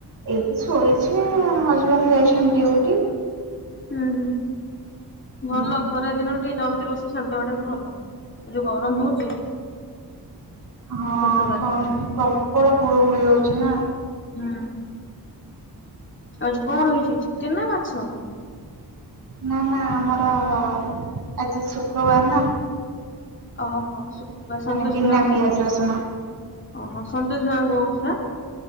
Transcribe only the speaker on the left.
ହୁଁ ହୁଁ
ଭଲ ଖରା ଦିନ ତେ ଜଲ ରୋଷେଇ ସାରିଦେବ ଟା ବି ଭଲ। ଏ ଯୋଉ ଗରମ ହଉଛି
ଖସ ବାହାରି ପଡିବ।
ହୁଁ। ଆଜି କଣ ହେଇଚି ଚିକେନ୍ ନା ମାଛ?
ଓହୋ ଶୁକ୍ରବାର ସନ୍ତୋଷୀ
ମାଙ୍କୁ,
ଓହୋ ସନ୍ତୋଷୀ ମା କୋଉ ଓଷା?